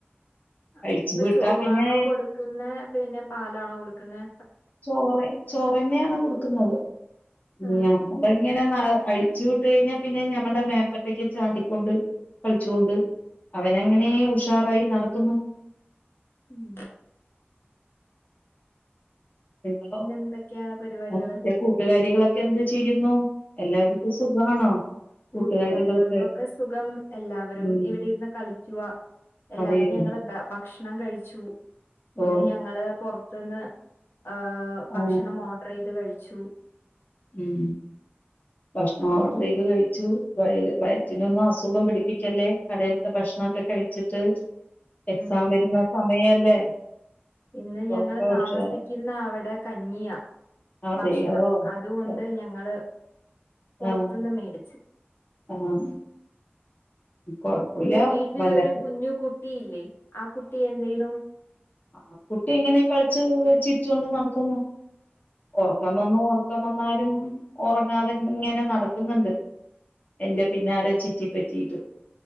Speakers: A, on the left (about 65°); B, on the left (about 40°).
A: അ
B: അഴിച്ചു
A: ഇപ്പൊ
B: വിട്ടാ
A: ചോറാണോ
B: പിന്നെ
A: കൊടുക്കുന്നേ പിന്നെ പാലാണോ കൊടുക്കുന്നേ
B: ചോറെ ചോറെന്നാണ് കൊടുക്കുന്നത് <unintelligible>
A: ആഹ്
B: ങ്ങനെ നട് അഴിച്ചു വിട്ട്കഴിഞ്ഞാ പിന്നെ ഞമ്മടെ മേപ്പട്ടെക്ക് ചാടിക്കൊണ്ട് കളിച്ചോണ്ട് അവനങ്ങനേ ഉഷാറായി നടക്കുന്നു.
A: ഉം
B: നിങ്ങളോ
A: എന്തൊക്കെയാണ് പരിപാടികള്
B: മറ്റേ കൂട്ടുകാരികളൊക്കെ എന്ത് ചെയ്യുന്നു
A: <unintelligible>
B: എല്ലാവർക്കും
A: കൂട്ട്
B: സുഖാണോ
A: കൂട്ടുകാരികൾക്കൊക്കെ
B: കൂട്ടുകാരികളൊക്കെ
A: സുഖം എല്ലാവരും
B: ഉം
A: ഇവിടെ ഇര്ന്ന് കളിക്കുവാ എല്ലാരും
B: അതെയോ
A: ഞങ്ങളെ ഭ ക്ഷണം കഴിച്ചു ഇന്ന്
B: ഓ
A: ഞങ്ങള് പു ത്ത്ന്ന് ആ
B: ഓ
A: ഭക്ഷണം ഓട്ർ ചെയ്ത് കഴി ച്ചു
B: ഉം ഭക്ഷണം ഓഡർ ചെയ്ത് കഴിച്ചു വയ വയറ്റിനൊന്നും അസുഖം പിടിപ്പിക്കല്ലേ കടീൽത്തെ ഭക്ഷണൊക്കെ കഴിച്ചിട്ട് എക്സാം
A: ഉം
B: വരുന്ന സമയല്ലേ
A: ഇന്ന്
B: <unintelligible>
A: ഞങ്ങള് താമസിക്കുന്ന അവിടെ കഞ്ഞിയാ
B: അതെയോ
A: ഭക്ഷണം അതുകൊണ്ട്
B: ഓ
A: ഞങ്ങള് പുറത്ത്ന്ന്
B: ആഹ്
A: മേടിച്ച്
B: ആഹ് കൊഴപ്പല്ല
A: പിന്നെ വീട്ടിലൊരു
B: വല്ലപ്പോ
A: കുഞ്ഞു കു ട്ടീല്ലേ ആ കുട്ടി എന്തെയുനു
B: ആ കുട്ടി ഇങ്ങനെ കളിച്ചു ചിരിച്ചുകൊണ്ട് നടക്കുന്നു ഒറക്കം വന്നു ഒറ ഒറക്കം വന്നാലും ഒറങ്ങാതെ ഇങ്ങനെ നടക്കുന്ന്ണ്ട് എന്റെ പിന്നാലെ ചുറ്റിപ്പറ്റീട്ട്